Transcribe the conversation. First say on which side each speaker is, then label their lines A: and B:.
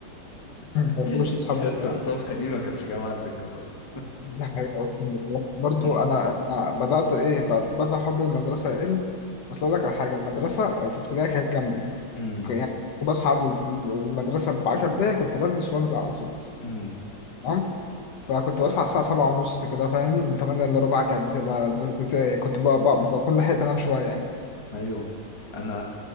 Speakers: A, on the left (about 70°); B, on the left (about 25°).
A: <laughs> ما
B: <laughs>
A: بحبش تصحى
B: ستة
A: بدري
B: الصبح
A: ها؟
B: دي ما كانتش جامعة سكة خالص
A: دي حاجة أقسم بالله برضه
B: مم.
A: أنا أنا بدأت إيه بدأ بدأ حب المدرسة يقل أصل أقول لك على حاجة المدرسة في ابتدائي كانت جنبي
B: مم.
A: يعني كنت بصحى قبل المدرسة بعشر دقايق كنت بلبس وانزل على طول
B: مم.
A: تمام فكنت بصحى الساعة سبعة ونص كده فاهم تمانية إلا ربع كانت بتبقى ب- بت... كنت ب... ب... بكون لحقت أنام شوية يعني
B: ايوه انا